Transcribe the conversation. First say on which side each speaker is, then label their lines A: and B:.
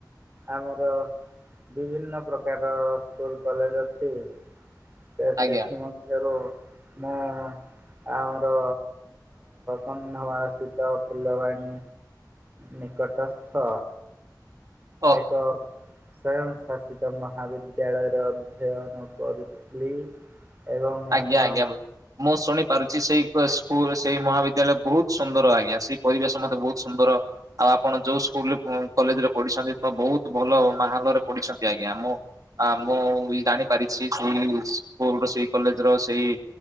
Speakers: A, on the right; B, on the right.
A: ଆମର ବିଭିନ୍ନ ପ୍ରକାର ସ୍କୁଲ କଲେଜ ଅଛି। ତ
B: ଆଜ୍ଞା।
A: ସେଥି ମଧ୍ୟରୁ ମୁଁ ଆମର କନ୍ଧମାଳ ସ୍ଥିତ ଫୁଲବାଣୀ ନିକଟସ୍ଥ
B: ଓହ
A: ଏକ ସ୍ୱୟଂ ଶାସିତ ମହାବିଦ୍ୟାଳୟରେ ଅଧ୍ୟୟନ କରୁଥିଲି। ଏବଂ
B: ଆଜ୍ଞା
A: ଆପଣ
B: ଆଜ୍ଞା ମୁଁ ଶୁଣି ପାରୁଛି ସେଇ ସ୍କୁଲ ସେଇ ମହାବିଦ୍ୟାଳୟ ବହୁତ ସୁନ୍ଦର ଆଜ୍ଞା ସେଇ ପରିବେଶ ମତେ ବହୁତ ସୁନ୍ଦର ଆଉ ଆପଣ ଯୋଉ ସ୍କୁଲରେ କଲେଜରେ ପଢିଛନ୍ତି ତ ବହୁତ ଭଲ ମାହଲରେ ପଢିଛନ୍ତି ଆଜ୍ଞା ମୁଁ ହଁ ମୁଁ ବି ଜାଣି ପାରିଛି ସେଇ ସ୍କୁଲ ସେଇ କଲେଜ ର ସେଇ